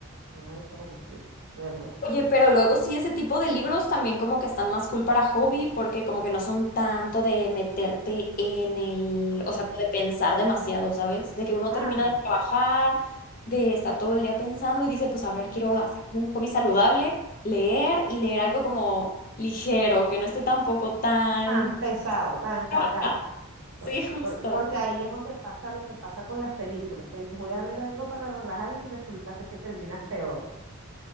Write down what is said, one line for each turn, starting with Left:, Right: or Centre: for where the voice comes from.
Right: no me gusta cómo escribe, realmente.
Left: Oye, pero luego sí, ese tipo de libros también como que están más cool para hobby, porque como que no son tanto de meterte en el,
Right: Mm.
Left: o sea, como de pensar demasiado, ¿sabes? De que uno
Right: Ah,
Left: termina de trabajar, de estar todo el día pensando y dice, pues a ver, quiero hacer un hobby saludable, leer y leer algo como ligero, que no esté tampoco tan...
Right: tan pesado, tan cargado.
Left: <laughs> ah,
Right: Por-
Left: Sí, justo.
Right: por- porque ahí es donde pasa lo que pasa con las películas, que dices, voy a ver algo para relajarme y resulta ser que terminas peor.